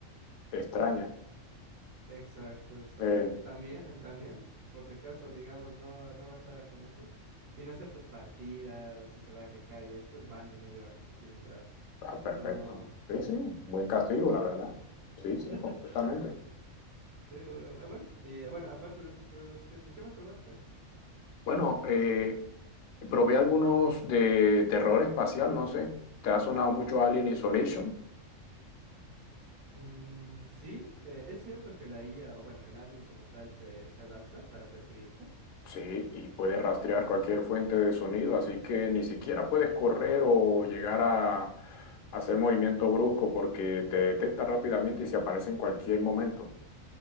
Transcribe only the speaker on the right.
Exacto, exacto.
También, también, por si acaso, digamos, no, no bastará con eso. Si no aceptas partidas, si se va F K y esto, es ban de media hora, así de entrada.
No,
sí,
sí.
<laughs>
Sí, bu- ah, bueno, y eh, bueno, aparte de esos juegos, ¿qué, qué más probaste?
Uh,
Mm, sí, eh, es cierto que la IA, o bueno, el alien como tal, se, se adapta para perseguirte.